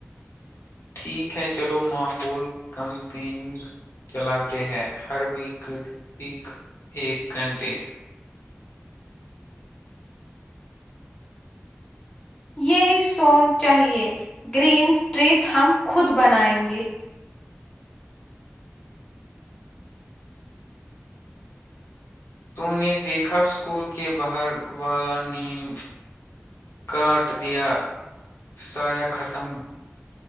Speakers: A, on the left; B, on the left.
A: ٹھیک ہے چلو مافول کمپین چلاتے ہیں ہر ویک گڈ ویک ایک گھنٹے
B: یہی سوچ چاہیے گرین اسٹریٹ ہم خود بنائیں گے
A: تو نے دیکھا اسکول کے باہر والا نیم کاٹ دیا سایہ ختم